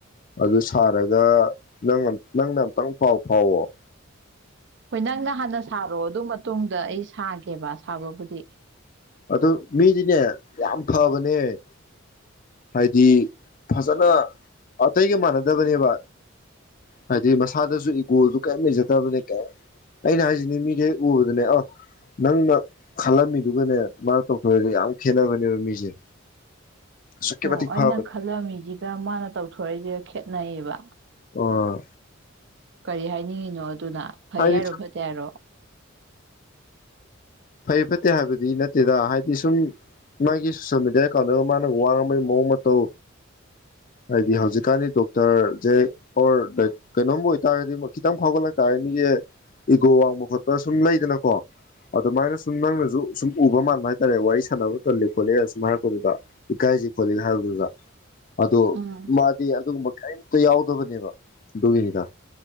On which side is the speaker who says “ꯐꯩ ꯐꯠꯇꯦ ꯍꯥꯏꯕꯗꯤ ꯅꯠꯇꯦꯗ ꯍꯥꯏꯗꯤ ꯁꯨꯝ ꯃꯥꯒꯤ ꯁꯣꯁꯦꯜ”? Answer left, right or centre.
Left